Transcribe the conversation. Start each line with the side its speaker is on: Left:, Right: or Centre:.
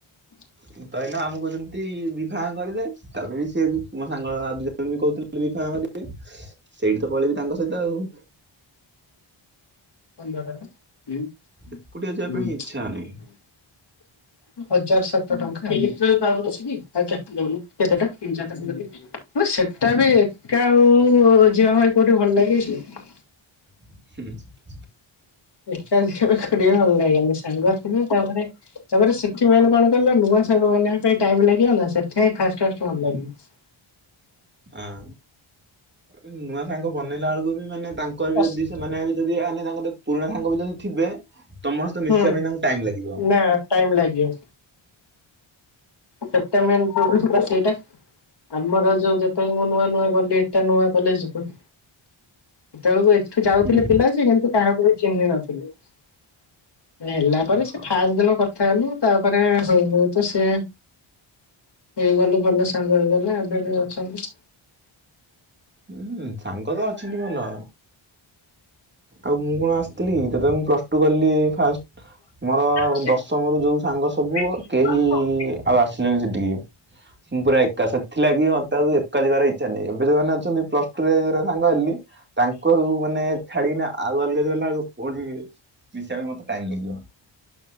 Left: ହଁ
Right: <unintelligible> ଆମ କହୁଛନ୍ତି ବିଫାମ୍ କରିଦେ, ତାପରେ ବି ସିଏ ବି ମୋ ସାଙ୍ଗ ଦୁଇ ଜଣ ବି କହୁଥିଲେ ବିଫାର୍ମା କରିବେ, ସେଇଠି ତ ପଳେଇବି ତାଙ୍କ ସହିତ ଆଉ।
Left: ପନ୍ଦର <unintelligible>
Right: ଏକୁଟିଆ
Left: <unintelligible>
Right: ଯିବା ପାଇଁ ଇଚ୍ଛା ହଉନି
Left: ହଁ ସେଟା ବି ଏକା ଆଉ ଯିବା ପାଇଁ କୋଉଠି ଭଲ ଲାଗେ କି?
Right: ହୁଁ।
Left: ଏକା ଯିବାପାଇଁ କୋଉଠି ଭଲ ଲାଗେନି, ସାଙ୍ଗ ଥିବେ ତାପରେ ତାପରେ ସେଠି ମେନ୍ କଣ କହିଲେ ନୂଆ ସାଙ୍ଗ ବନେଇବା ପାଇଁ ଟାଇମୂ ଲାଗିବ ନା ସେଥିପାଇଁ ଫାଷ୍ଟ ଫାଷ୍ଟ ଭଲ ଲାଗିବ।
Right: ଅଁ, ନୂଆ ସାଙ୍ଗ ବନେଇଲା ବେଳକୁ ବି ମାନେ ତାଙ୍କର
Left: ଅଶୀ
Right: ବି ଯଦି ସେମାନେ ଏଇ ଯଦି ଆମେ ତାଙ୍କତେ ପୁରୁଣା ସାଙ୍ଗ ବି ଯଦି ଥିବେ ତମ ସହିତ ମିଶିବା
Left: ହୁଁ,
Right: ପାଇଁ ତାଙ୍କୁ ଟାଇମ୍ ଲାଗିବ।
Left: ନା ଟାଇମ୍ ଲାଗିବ। ସେଟା ମେନ୍ କହୁଚି ପା ସେଇଟା। ଆମର ଯୋଉ ଯେତେବି ମୁଁ ନୂଆ ନୂଆ ଗଲି ଏକା ନୂଆ କଲେଜ୍ କୁ। ସେତେବେଳକୁ ଏଠୁ ଯାଉଥିଲେ
Right: ହୁଁ।
Left: ପିଲା ଯେ କିନ୍ତୁ କାହାକୁ ବି ଚିହ୍ନି ନଥିଲେ। ହେଲା ପରେ
Right: ଓହୋ।
Left: ସେ ଫାଷ୍ଟ ଦିନ କଥା ହେଲୁ ତାପରେ ହଉ ହଉ ତ ସିଏ ହେଇଗଲେ ଭଲ ସାଙ୍ଗ ହେଇଗଲେ ଏବେ ବି ଅଛନ୍ତି।
Right: ହୁଁ, ସାଙ୍ଗ ତ ଅଛନ୍ତି ଭଲ। ଆଉ ମୁଁ କଣ ଆସିଥିଲି କି ଯେତେବେଳେ ମୁଁ ପ୍ଲସ୍ ଟୁ କଲି ଫାଷ୍ଟ। ମୋର
Left: ଆଜ୍ଞା।
Right: ଦଶମ ର ଯୋଉ ସାଙ୍ଗ ସବୁ
Left: ହୁଁ
Right: କେହି
Left: ହଁ
Right: ଆଉ ଆସ ସିଲେନି ସେଠିକି, ମୁଁ ପୁରା ଏକା ସେଥିଲାଗି ମୋତେ ଆଉ ଏକା ଯିବାର ଇଚ୍ଛା ନାହିଁ, ଏବେ ଯୋଉମାନେ ଅଛନ୍ତି ପ୍ଲସ ଟୁରେ <unintelligible> ସାଙ୍ଗ ହେଲି ତାଙ୍କୁ ଆଉ ମାନେ ଛାଡିକିନା ଆଉ ଅଲଗା <unintelligible> ଗଲା ବେଳକୁ ପୁଣି ମିଶିବା ପାଇଁ ମତେ ଟାଇମ୍ ଲାଗିବ।